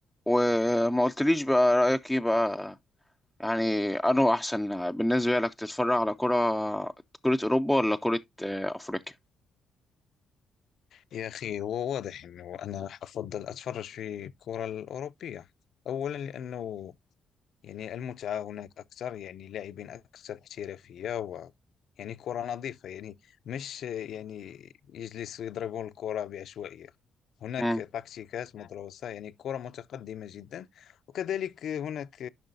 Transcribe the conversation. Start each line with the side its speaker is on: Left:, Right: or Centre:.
Centre: وما قلتليش بقى رأيك ايه بقى يعني انه احسن بالنسبة لك تتفرج على كرة كرة اوروبا ولا كرة آه، افريقيا
Left: يا أخي هو واضح أنه أنا أفضل أتفرج في الكرة الأوروبية أولا لأنه يعني المتعة هناك أكثر يعني لاعبين أكثر احترافية و يعني كرة نظيفة يعني مش يعني يجلسوا يضربون الكرة بعشوائية هناك
Centre: مم.
Left: تكتيكات مدروسة يعني كرة متقدمة جدا وكذلك هناك